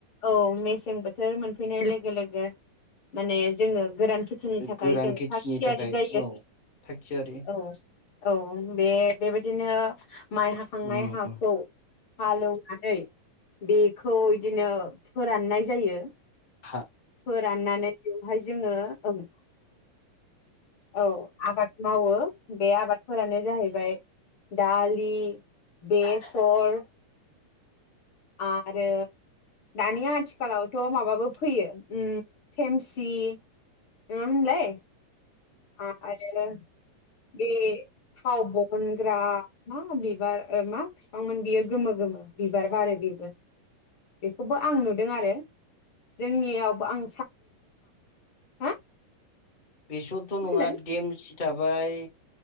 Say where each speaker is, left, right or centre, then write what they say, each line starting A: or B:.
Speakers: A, on the left (about 45°); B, on the left (about 25°).
A: औ मेसें बोथोर मोनफैनाय लोगो लोगो माने जोङो गोरान नि थाखाय
B: गोरान
A: जों
B: खेथिनि
A: थाग थियारि
B: थाखाय
A: जायो
B: औ थाग थियारि
A: औ औ बे बेबायदिनो माइ हाखांनाय
B: उम
A: हाखौ हालेवनानै बेखौ बिदिनो फोराननाय जायो
B: हा
A: फोराननानै बेवहाय जों <unintelligible> औ आबाद मावो बे आबादफोरानो जाहैबाय दालि बेसर आरो दानि आथिखालावथ' माबाबो फैयो थेमसि <unintelligible> आरो बे थाव बहनग्रा मा बिबार मा बिफांमोन बियो गोमो गोमो बिबार बारो बेबो बेखौबो आं नुदों आरो जोंनियावबो आं <unintelligible>
B: बेसरथ' नङा
A: होनदों
B: देमसि थाबाय